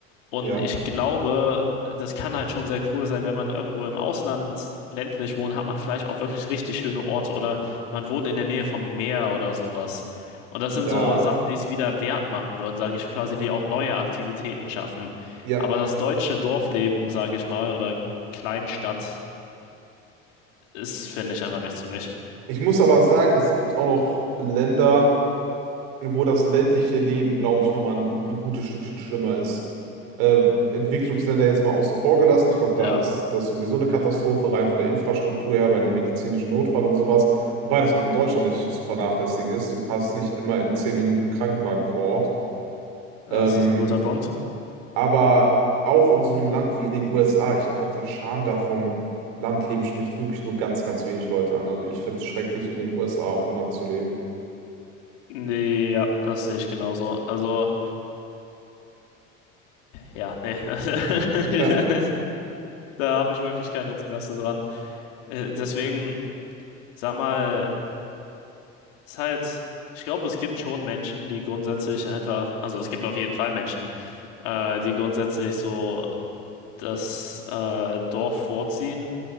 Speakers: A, on the left; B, on the right.
A: Und
B: Ja.
A: ich glaube, das kann halt schon sehr cool sein, wenn man irgendwo im Ausland ländlich wohnt, hat man vielleicht auch wirklich richtig schöne Orte oder man wohnt in der Nähe vom Meer oder sowas. Und das
B: Ja.
A: sind so Sachen, die es wieder wert machen würden, sage ich quasi, die auch neue Aktivitäten schaffen.
B: Ja.
A: Aber das deutsche Dorfleben, sage ich mal, oder Kleinstadt ist, finde ich, einfach nichts für mich.
B: Ich muss aber sagen, es gibt auch noch Länder, wo das ländliche Leben, glaube ich, nochmal ein, ein gutes Stückchen schlimmer ist. Äh, Entwicklungsländer jetzt mal außen vor gelassen. Ich glaube,
A: Ja,
B: da ist das sowieso eine Katastrophe, rein von der Infrastruktur her, bei einem medizinischen Notfall und sowas. Wobei das auch in Deutschland nicht zu vernachlässigen ist. Du hast nicht immer in zehn Minuten einen Krankenwagen vor Ort.
A: das
B: Ähm,
A: ist ein guter Punkt.
B: aber auch in so einem Land wie in den USA, ich glaube, der Charme da vom Landleben spricht wirklich nur ganz, ganz wenig Leute an. Also ich fände es schrecklich, in den USA auf dem Land zu leben.
A: Nee, ja, das sehe ich genauso. Also, ja, nee. <laughs>
B: <laughs>
A: Da habe ich wirklich kein Interesse dran. Äh, Deswegen, sag mal, ist halt, ich glaube, es gibt schon Menschen, die grundsätzlich einfach, also es gibt auf jeden Fall Menschen, äh, die grundsätzlich so das äh, Dorf vorziehen.